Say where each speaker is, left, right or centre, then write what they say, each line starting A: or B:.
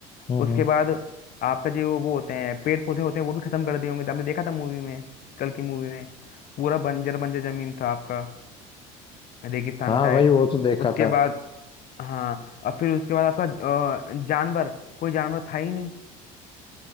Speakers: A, on the left; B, on the left.
A: हम्म
B: उसके
A: हम्म।
B: बाद आपका जो वो होते हैं पेड़ पौधे होते हैं वो भी खत्म कर दिए होंगे आपने देखा था मूवी में कल की मूवी में पूरा बंजर बंजर जमीन था आपका रेगिस्तान
A: हाँ
B: टाइप
A: भाई वो तो देखा
B: उसके
A: था
B: बाद हाँ और फिर उसके बाद आपका अ, जानवर कोई जानवर था ही नहीं